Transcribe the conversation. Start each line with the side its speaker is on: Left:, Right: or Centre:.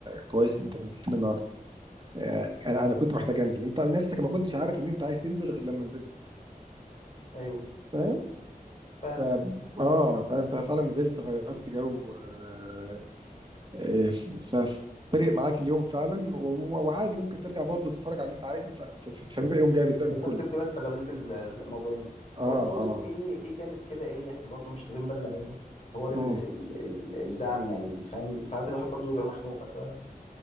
Right: كويس ان انت نزلتني النهارده آه، انا انا كنت محتاج انزل انت نفسك ما كنتش عارف ان انت عايز تنزل غير لما نزلت
Left: ايوه
Right: فاهم
Left: فاهمك
Right: ف... اه فانت فعلا نزلت غيرت جو آه، آه، ف ف- فرق معاك اليوم فعلا و- و- وعادي ممكن ترجع برضو تتفرج على اللي انت عايزه ف- ف- ف- فبيبقى يوم جامد بقى
Left: بالظبط
Right: من كله
Left: بتبقى استغليت ال- الموضوعين
Right: اه
Left: وبرضه
Right: اه
Left: في في جانب كده ايه احنا برضه مش واخدين بالنا منه حوار ال
Right: اه
Left: ال ال الدعم يعني فاهم ساعات الواحد برضه بيبقى مخنوق مثلا